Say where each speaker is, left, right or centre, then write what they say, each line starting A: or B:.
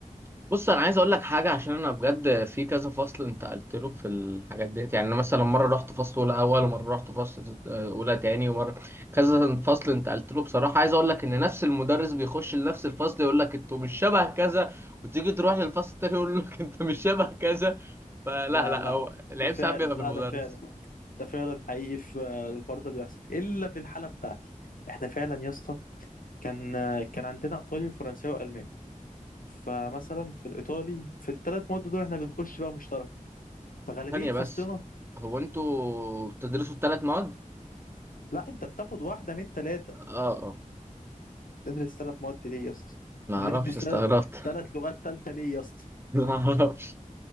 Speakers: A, on the right; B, on the left.
A: بص انا عايز اقول لك حاجه عشان انا بجد في كذا فصل انتقلت له في الحاجات ديت يعني أنا مثلا مره رحت فصل اولى اول ومره رحت فصل اولى تاني ومره كذا فصل انتقلت له بصراحه عايز اقول لك ان نفس المدرس بيخش لنفس الفصل يقول لك انتوا مش شبه كذا وتيجي تروح للفصل التاني يقول لك انت مش شبه كذا فلا
B: لا
A: لا
B: لا
A: هو العيب
B: ده فعلا
A: ساعات بيبقى
B: لا
A: في المدرس
B: ده فعلا ده فعلا حقيقي في آه، الحوار ده بيحصل الا في الحاله بتاعتي احنا فعلا يا اسطى كان آه، كان عندنا ايطالي وفرنساوي والماني فمثلا في الايطالي في الثلاث مواد دول احنا بنخش بقى مشتركه فغالبيه
A: ثانيه
B: فصلنا
A: بس هو انتوا بتدرسوا الثلاث مواد
B: لا انت بتاخد واحده من التلاته
A: اه اه
B: تدرس ثلاث مواد ليه يا اسطى
A: ما اعرفش
B: هندرس <laughs>
A: استغربت
B: ثلاث ثلاث لغات تالته ليه يا اسطى
A: <laughs> ما اعرفش